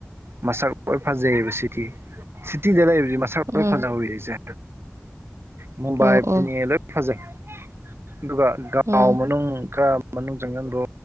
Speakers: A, on the right; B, on the right.
A: ꯃꯁꯛ ꯂꯣꯏ ꯐꯖꯩꯕ ꯁꯤꯇꯤ ꯁꯤꯇꯤꯗ ꯂꯩꯕꯖꯦ ꯃꯁ ꯁꯛ ꯂꯣꯢ
B: ꯎꯝ
A: ꯐꯖꯍꯧꯏ ꯏꯆꯦ ꯃꯨꯝꯕꯥꯏ
B: ꯑꯣ
A: ꯄꯨꯅꯦꯗ
B: ꯑꯣ
A: ꯐꯖꯩ ꯗꯨꯒ ꯒꯥꯎ
B: ꯎꯝ
A: ꯃꯅꯨꯡ ꯈꯔ ꯃꯅꯨꯡ ꯆꯪꯖꯟꯕ꯭ꯔꯣ